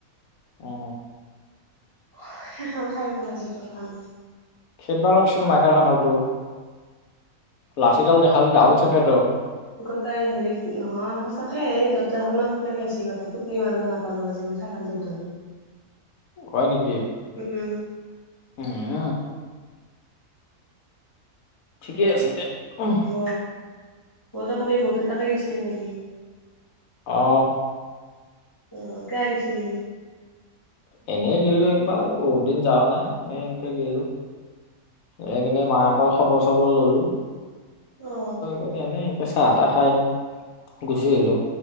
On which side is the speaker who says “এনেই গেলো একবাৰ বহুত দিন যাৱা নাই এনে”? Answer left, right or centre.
Left